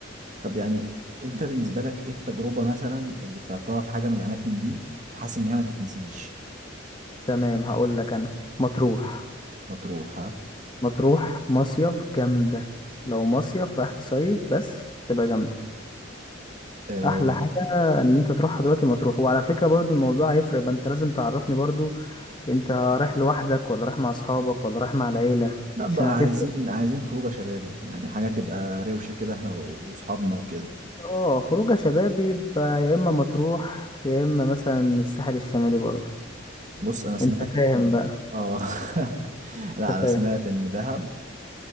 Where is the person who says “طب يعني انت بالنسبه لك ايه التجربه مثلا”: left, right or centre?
Right